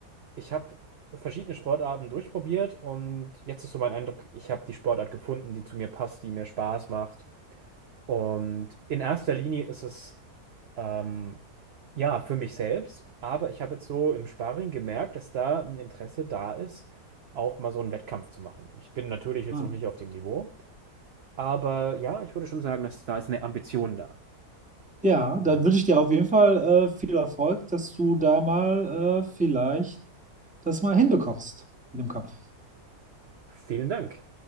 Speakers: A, on the right; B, in the centre.
A: Ich habe verschiedene Sportarten durchprobiert und jetzt ist so mein Eindruck, ich habe die Sportart gefunden, die zu mir passt, die mir Spaß macht. Und in erster Linie ist es ähm, ja für mich selbst, aber ich habe jetzt so im Sparring gemerkt, dass da ein Interesse da ist, auch mal so einen Wettkampf zu machen. Ich bin natürlich jetzt
B: Hm.
A: noch nicht auf dem Niveau, aber ja, ich würde schon sagen, dass da ist eine Ambition da.
B: Ja,
A: Äh,
B: dann wünsche ich dir auf jeden Fall äh, viel Erfolg, dass du da mal äh, vielleicht das mal hinbekommst mit dem Kampf.
A: vielen Dank.